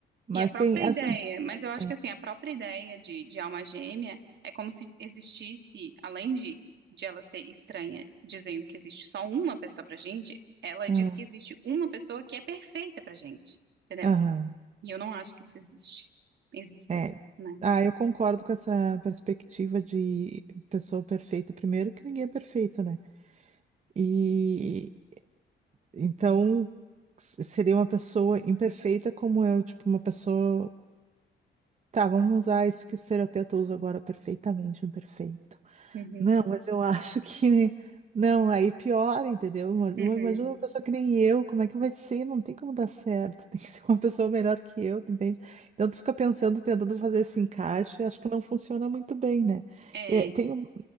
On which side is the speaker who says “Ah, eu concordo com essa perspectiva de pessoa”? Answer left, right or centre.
Right